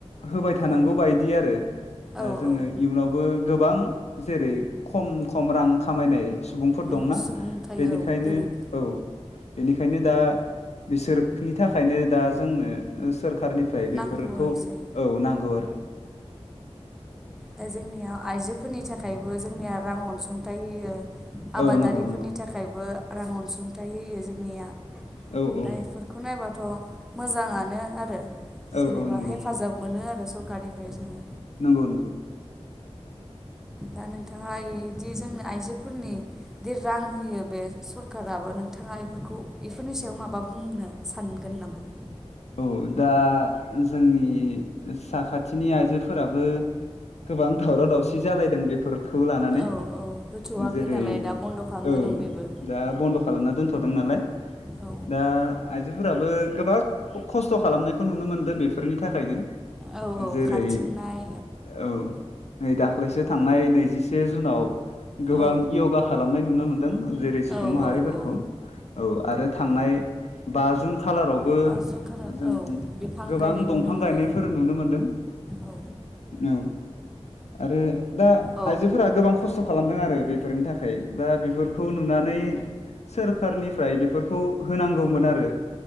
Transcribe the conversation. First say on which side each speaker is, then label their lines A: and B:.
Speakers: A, on the left; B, in the centre.
A: होबाय थानांगौ
B: औ
A: बायदि आरो। दा
B: औ
A: जोङो
B: औ
A: इयुनावबो गोबां जेरै खम खम रां खामायनाय। सुबुंफोर
B: औ
A: दंना
B: सुबुंथाय
A: बेनिखायनो
B: औ गोरिब
A: औ बेनिखायनो दा। बिसोरनि थाखायनो दा जोंनो सोरखारनि। फ्राय बेफोरखौ
B: नांगौ आरो जाय
A: औ नांगौ आरो।
B: दा जोंनिया आइजोफोरनि थाखायबो जोंनिया रां अनसुंथाइ होयो। आबादारिफोरनि
A: औ नंगौ नंगौ
B: थाखायबो रां अनसुंथाइ होयो जोंनिया। दा
A: औ औ
B: बेफोरखौ नायबाथ' मोजाङानो आरो।
A: औ
B: जेनेबा
A: औ नंगौ
B: हेफाजाब मोनो आरो सरखारनिफ्राय जोंओ।
A: नंगौ नंगौ।
B: दा नोंथाङा इदि जोंनो आइजोफोरनि दि रां होयो बे सरखाराबो नों। थाङा बेफोरखौ बेफोरनि सायाव माबा बुंनो सानगोन नामा।
A: औ दा जोंनि साखाथिनि आइजोफोराबो। गोबां दावराव दावसि जालायदों बेफोर। खौ लानानै
B: औ औ होथ'वाखै
A: जेरै
B: नालाय दा बन्द' खालामना
A: औ
B: दं बेबो।
A: दा बन्द' खालामना दोनथ'। दों नालाय
B: औ
A: दा आइजोफोराबो गोबां। खस्थ' खालामनायखौ नुनो मोनदों बेफोरनि थाखायनो।
B: औ औ
A: जेरै
B: खारथिंनाय
A: औ नै दाखाल। दाख्लैसो थांनाय नैजिसे जुनाव। गोबां
B: औ
A: यगा खालामनाय नुनो मोनदों जेरै सुबुं
B: औ
A: माहारिफोरखौ।
B: औ औ
A: औ आरो थांनाय बा जुन खालारावबो।
B: बा जखाना
A: जों
B: औ बिफां
A: गोबां
B: गायनाय
A: दंफां
B: नुनो मोनदों
A: गायनायफोर नुनो मोनदों।
B: औ
A: औ आरो दा
B: औ
A: आइजोफोरा गोबां खस्थ'। खालामदों आरो बेफोरनि थाखाय दा बेफोरखौ नुनानै। सोरखारनिफ्राय बेफोरखौ होनांगौमोन आरो।